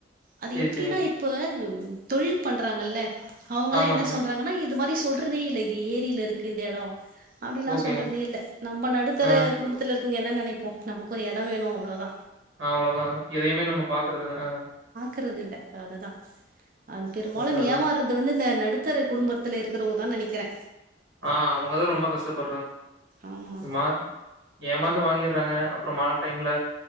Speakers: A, on the right; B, on the right.
A: அது
B: சரி
A: எப்டின்னா
B: சரிங்க.
A: இப்ப தொழில் பண்றாங்கல்ல அவங்கால
B: ஆமாங்க.
A: என்ன சொல்றாங்கன்னா இது மாரி ஸ் சொல்றதேல்ல இது ஏரியில இருக்கு இந்த எடோ அப்டிலா
B: ஓகேங்க.
A: சொல்றதே இல்ல நம்ம நடுத்தர
B: ஆ
A: குடும்பத்துலர் இங்க என்ன நெனைப்போ நமக்கு ஒரு எடோ வேணு அவ்ளோதா
B: அவ்ளோதா எதையுமே நம்ம பாக்குறதுல ஆ
A: ருக்கிறதில்ல அதுதா ஆ பெரும்பாலு
B: அதா அதா
A: ஏமாறுறது வந்து இந்த நட் டுத்தர குடும்பத்தில இர் கிறவங்க தா நெனைக்கிறே
B: ஆ அவங்கதா ரொம்ப கஷ்டப்படுறாங்
A: ஆமா
B: எமா ஏமாந்து வாங்கிர் றாங்க அப்றோ மழ டைம்ல